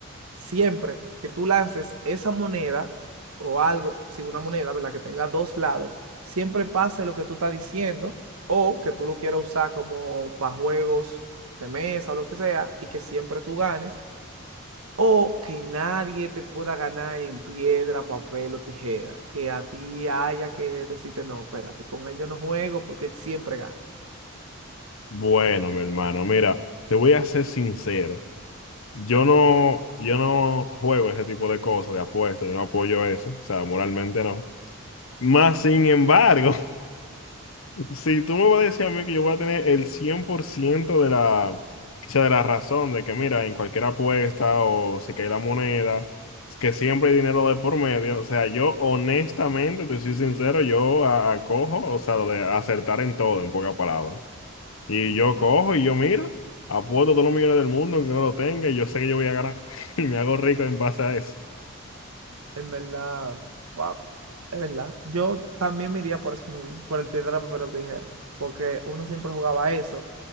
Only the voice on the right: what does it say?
siempre que tú lances esa moneda o algo, si una moneda, ¿verdad? Que tenga dos lados, siempre pase lo que tú estás diciendo o que tú lo quieras usar como para juegos de mesa o lo que sea y que siempre tú ganes o que nadie te pueda ganar en piedra, papel o tijera, que a ti haya que decirte, no, espérate, con él yo no juego porque él siempre gana.
En verdad, wow, es verdad. Yo también me iría por eso mismo, por el piedra, papel o tijera, porque uno siempre jugaba a eso,